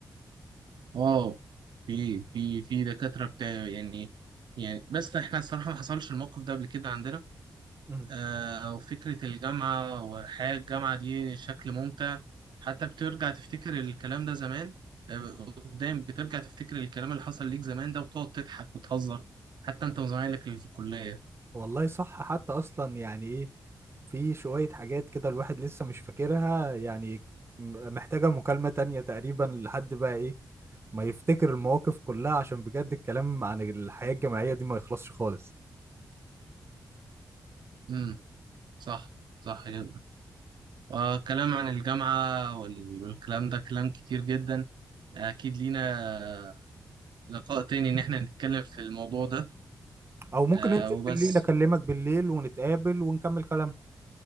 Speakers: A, on the right; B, on the right.
A: اه في في في دكاتره بتاع يعني يعني بس احنا الصراحه ما حصلش الموقف ده قبل كده عندنا
B: مم.
A: آه، وفكرة الجامعة وحياة الجامعة دي شكل ممتع حتى بترجع تفتكر الكلام ده زمان آه،
B: مم.
A: قدام بترجع تفتكر الكلام اللي حصل ليك زمان ده وتقعد تضحك وتهزر حتى انت وزمايلك اللي في الكلية
B: والله صح حتى اصلا يعني ايه في شويه حاجات كده الواحد لسه مش فاكرها يعني م- محتاجه مكالمه تانية تقريبا لحد بقى ايه ما يفتكر المواقف كلها عشان بجد الكلام عن الحياه الجامعيه دي ما يخلصش خالص
A: امم صح صح جدا آه، كلام عن الجامعة وال- والكلام ده كلام كتير جدا أكيد لينا لقاء تاني إن احنا نتكلم في الموضوع ده
B: او ممكن
A: آه،
B: ننزل
A: وبس
B: بالليل اكلمك بالليل ونتقابل ونكمل كلامنا